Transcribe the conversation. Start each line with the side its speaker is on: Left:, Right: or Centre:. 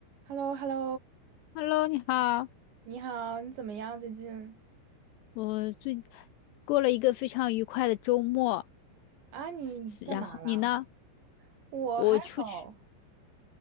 Right: h e l l o h e l l o
Left: Hello，你好，
Right: 你好，你怎么样最近？
Left: 我最过了一个非常愉快的周末，
Right: 啊，你干嘛啦？
Left: 是然后你呢？
Right: 我还好。
Left: 我出去